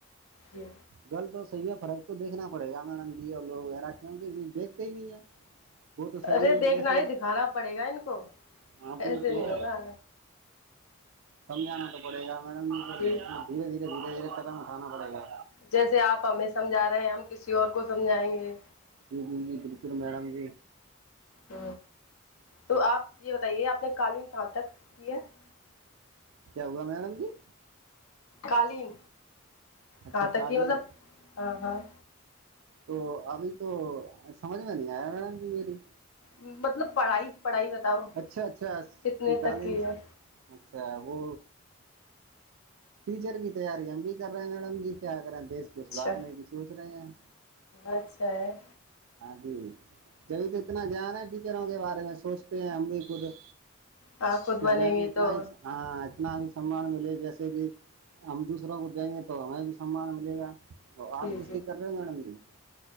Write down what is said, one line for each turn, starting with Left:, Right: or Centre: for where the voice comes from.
Left: جی
Right: گل تو صحیح ہے فرق تو دیکھنا پڑے گا م اور لوگ وغیرہ کیوںکہ دیکھتے ہی نہیں ہے وہ تو سبھی
Left: ارے
Right: ہے
Left: دیکھنا
Right: جیسے
Left: ہی دکھانا پڑے گا ان کو
Right: ہاں بئی
Left: ایسے
Right: تو
Left: نہیں
Right: ہے-
Left: ہوگا
Right: سمجھانا تو- پڑے گا میڈم یہ
Left: جی
Right: دھیرے دھیرے دھیرے دھیرے قدم اٹھانا پڑے گا
Left: جیسے آپ ہمیں سمجھا رہے ہیں ہم کسی اور کو سمجھائیں گے
Right: جی جی جی بالکل میڈم جی
Left: ہ تو آپ یہ بتائیے آپ نے کالین کہاں تک کی ہے <unintelligible>
Right: کیا ہوگا میڈم جی-
Left: قالین
Right: اچھا
Left: کہاں تک
Right: قالین
Left: کی مطلب ہاں- ہاں-
Right: تو ابھی تو سمجھ میں نہیں آیا میڈم جی میری-
Left: مطلب پڑھائی پڑھائی بتاؤ
Right: اچھا اچھا
Left: کتنے
Right: قالین
Left: تک کی ہے-
Right: اچھا ابو ٹیچر کی تیاری ہم بھی کر رہے ہیں میڈم جی کیا کرے ہیں دیش کو
Left: اچھا
Right: سلارنے کی سوچ رہے ہیں-
Left: اچھا ہے-
Right: ہاں جی جبھی تو اتنا جان ہے ٹیچروں کے بارے میں سوچتے ہیں ہم بھی خود-
Left: ہاں خود
Right: کہ
Left: بنیں
Right: ہمیں بھی
Left: گے
Right: اتنا
Left: تو
Right: ہی ہاں اتنا بھی سمان ملے جیسے کہ- ہم دوسروں کو دیں گے تو ہمیں بھی سامان ملے گا تو
Left: جی
Right: آپ کس کی کر رہے ہو میڈم جی-